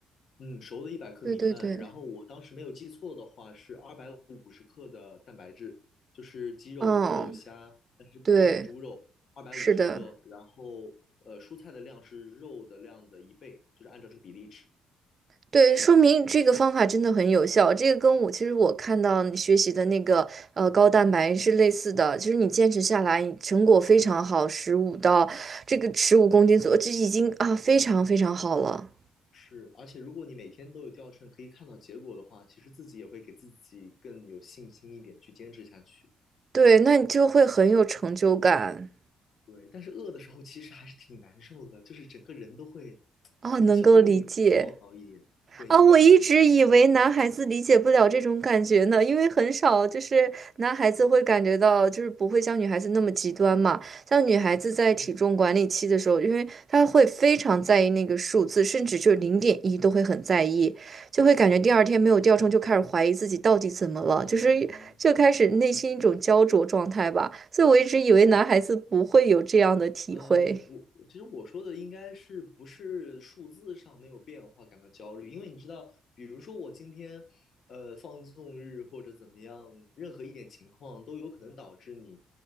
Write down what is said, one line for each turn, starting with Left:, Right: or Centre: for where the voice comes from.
Left: 嗯，熟的一百克米饭。
Right: 对对对，
Left: 然后我当时没有记错的话，是二百五十克的蛋白质，就是鸡肉、
Right: 嗯，
Left: 鱼肉、虾，但是避免猪肉，
Right: 对，
Left: 二百五十克。
Right: 是的。
Left: 然后呃，蔬菜的量是肉的量的一倍，就是按照这个比例吃。
Right: 对，说明这个方法真的很有效。这个跟我其实我看到你学习的那个呃高蛋白是类似的，就是你坚持下来，成果非常好，十五到这个十五公斤左右，这已经啊非常非常好了。
Left: 是，而且如果你每天都有掉秤，可以看到结果的话，其实自己也会给自己更有信心一点，去坚持下去。
Right: 对，那你就会很有成就感
Left: 对，但是饿的时候其实还是挺难受的，就是整个人都会
Right: 啊，
Left: 会焦虑一点、
Right: 能够理解。
Left: 暴躁一点。对，
Right: 啊，
Left: 你应该能明白。
Right: 我一直以为男孩子理解不了这种感觉呢，因为很少就是男孩子会感觉到，就是不会像女孩子那么极端嘛。像女孩子在体重管理期的时候，
Left: 嗯
Right: 因为她会非常在意那个数字，甚至就零点一都会很在意，就会感觉第二天没有掉秤，就开始怀疑自己到底怎么了，
Left: 嗯，
Right: 就是就开始内心一种焦灼状态吧。所以我一直以为男孩子不会有这样的体会。
Left: 对。呃，我我其实我说的应该是不是数字上没有变化感到焦虑，因为你知道，比如说我今天，呃，放纵日或者怎么样，任何一点情况都有可能导致你